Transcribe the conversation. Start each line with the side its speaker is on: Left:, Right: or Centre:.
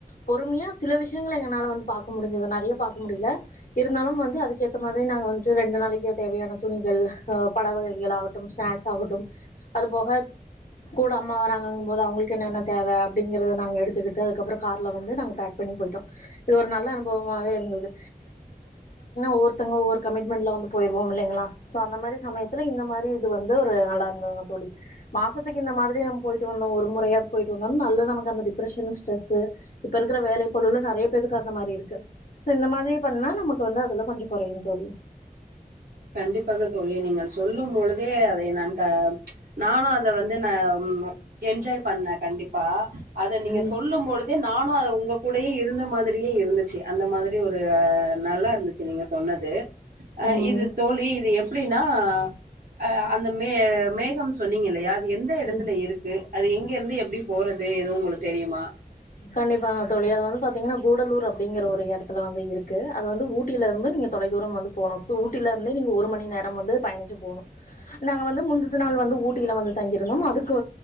Left: பொறுமையா சில விஷயங்கள் எங்களனால வந்து பாக்க முடிஞ்சது நிறைய பாக்க முடியல இருந்தாலும் வந்து அதுக்கேற்ற மாதிரி நாங்கள் வந்துட்டு ரெண்டு நாளைக்க தேவையான துணிகள் பழ வகைகள் ஆகட்டும் ஸ்நாக்ஸ் ஆகட்டும் அது போக கூட அம்மா வராங்கனும்போது அவங்களுக்கு என்னென்ன தேவை அப்படிங்கிறத நாங்க எடுத்துக்கிட்டு அதுக்கப்புறம் காரல்ல வந்து நாங்க பேக் போயிட்டோ இது ஒரு நல்ல அனுபவ இருந்ததுது ஒவ்வொருத்தவங்க ஒவ்வொரு கமிட்மென்ட்ல வந்து போயிடுவோம் இல்லைங்களா அந்த மாதிரி சமயத்தில இங்க மாதிரி வந்து நல்லாருந்துதுங்க தோழி மாசத்துக்கு இந்த மாதிரி போய்ட்டு வந்தோம் ஒரு முறை ஆது போயிட்டு வந்த நல்ல நமக்கு அந்த டிப்ரெஸியன் ஸ்ட்ரெஸ் இப்ப இருக்குற வேலை பழுல நிறைய பேருக்கு அந்த மாதிரி இருக்கு சோ இந்த மாதிரி பண்ணா நமக்கு வந்து அதெல்லாம் கொஞ்சம் குறையும் தோழி
Right: கண்டிப்பாக தோழி நீங்கள் சொல்லும் பொழுதே அதை நா நானும் அதுல வந்து நான் என்ஜாய் பண்ணே கண்டிப்பா அத நீங்க
Left: ம்
Right: சொல்லும் பொது இதே நானும் உங்க கூடையே இருந்த மாதிரி மாறியே இருந்துச்சு அந்த மாதிரி இப்டி ஒரு நல்லா இருந்துச்சு நீங்க சொன்னது ஆ
Left: ம்
Right: இது தோழி இது எப்டி அந்த ஆ அந்த மே மேகம் சொன்னீங்க இல்லையா அது எந்த எடத்துல
Left: ம்
Right: இருக்கு அது எங்க இருந்து எப்படி போறது எதுவும் உங்களுக்கு தெரியுமா
Left: கண்டிப்பாக தோழி அது வந்து பாத் தீங்கன்னா கூடலூர் அப்டிங்கிற ஒரு எடத்துல வந்து இருக்கு அது வந்து ஊட்டிலேருந்து நீங்கள் தொலை தூரம் வந்து போணும் இப்ப ஊட்டிலருந்தே நீங்கள் ஒரு மணி நேரம் வந்து பயணிச்சு போணும் நாங்க வந்து முந்துன நாள் வந்து ஊட்டியில் வந்து தங்கியிருந்தோம் அதுக்கு